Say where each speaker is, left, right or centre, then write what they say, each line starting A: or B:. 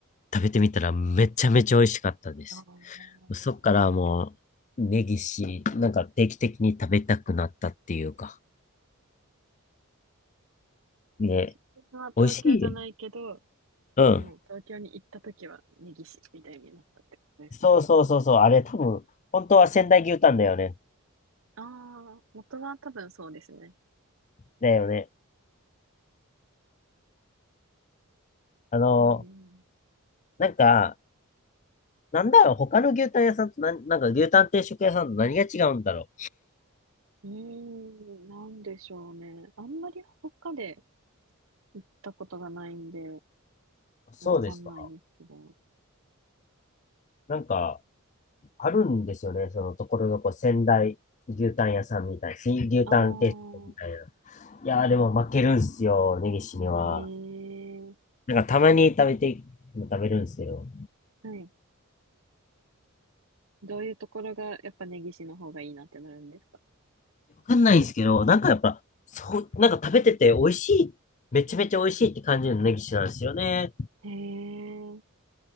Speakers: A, on the left; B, on the right.
A: 食べてみたらめちゃめちゃ美味しかったです。
B: ああ
A: そっからもう、根岸、なんか定期的に食べたくなったっていうか、ね、
B: 自分は東京じゃないけど、
A: 美味しいよね。うん。
B: もう東京に行った時はネギ師みたいになったってことですね。
A: そうそうそうそう、あれ多分、本当は仙台牛タンだよね。
B: ああ、元は多分そうですね。
A: だよね。あの、
B: ええ
A: なんか、なんだろう、他の牛タン屋さんとなん、なんか牛タン定食屋さんと何が違うんだろ
B: うーん、なんでしょうね。あんまり他で行ったことがないんで、
A: う。そうですか。
B: わかんないですけど。
A: なんか、あるんですよね。そのところどころ仙台牛タン屋さんみたいな。新牛タン定食みたいな。
B: ああ、
A: いやーでも負けるんすよ、根岸には。
B: ええ
A: なんかたまに食べて、食べるんですけど。
B: はい。どういうところが、やっぱ根岸の方がいいなってなるんですか
A: わかんないんですけど、なんかやっぱ、そう、なんか食べてて美味しい、めちゃめちゃ美味しいって感じるの根岸なんですよね。
B: へえ、